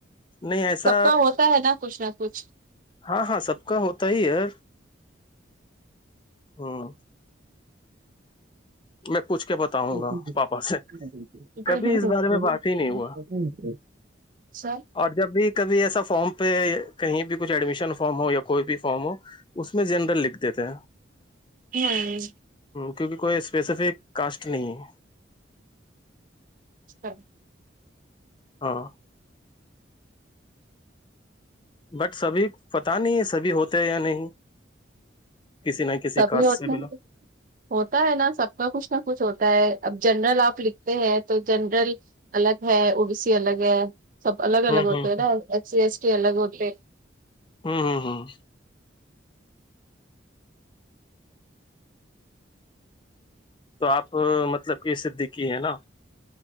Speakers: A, on the left; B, on the right.
A: نہیں ایسا
B: سب کا ہوتا ہے نا کچھ نہ کچھ
A: ہاں ہاں سب کا ہوتا ہی ہے ہاں
B: ج
A: میں پوچھ کے بتاؤں گا پاپا سے
B: <unintelligible>
A: کبھی اس بارے میں بات ہی نہیں ہوا
B: سر
A: اور جب بھی کبھی ایسا فارم پہ کہیں بھی کچھ ایڈمیشن فارم ہو یا کوئی بھی فارم ہو اس میں جنرل لکھ دیتے ہیں
B: یعنی
A: ہ کیونکہ کوئی اسپیسیفک کاسٹ نہیں ہے
B: اچھا
A: ہاں بٹ سبھی پتا نہیں سبھی ہوتے ہے یا نہیں کسی نہ کسی
B: سبھی
A: کاسٹ
B: ہوتے
A: سے بلا
B: ہوتا ہے نا سب کا کچھ نہ کچھ ہوتا ہے اب جنرل آپ لکھتے ہیں تو جنرل الگ ہے اوبی سی الگ ہے سب الگ
A: ہوں
B: الگ ہوتے
A: ہوں
B: ہے
A: ہ
B: نا ایف سی ایس ٹی الگ ہوتے
A: ہمم ہمم تو آپ مطلب کہ صدیقی ہے نا